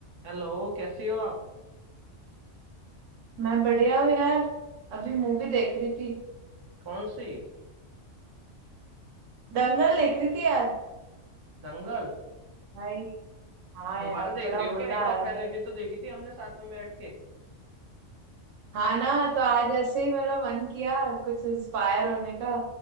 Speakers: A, on the right (about 35°); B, on the right (about 85°).
A: Hello कैसी हो आप
B: मैं बढ़िया हूँ यार अभी मूवी देख रही थी
A: कौन सी
B: दंगल देख रही थी यार
A: दंगल
B: भाई हाँ
A: दोबारा
B: यार
A: देख
B: बड़ा
A: रही हो
B: मजा
A: क्या एक बार
B: आ रहा
A: पहले
B: था भाई
A: भी तो देखी थी हमने साथ में बैठ के
B: हाँ ना तो आज ऐसे ही मेरा मन किया कुछ इंस्पायर होने का